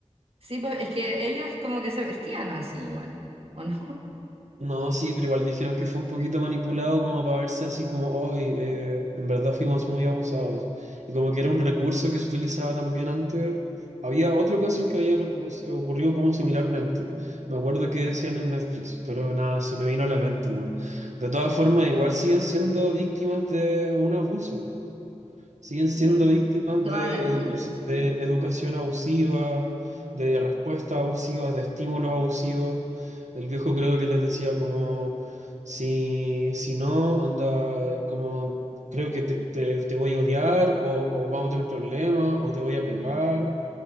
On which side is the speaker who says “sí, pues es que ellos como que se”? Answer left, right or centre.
Right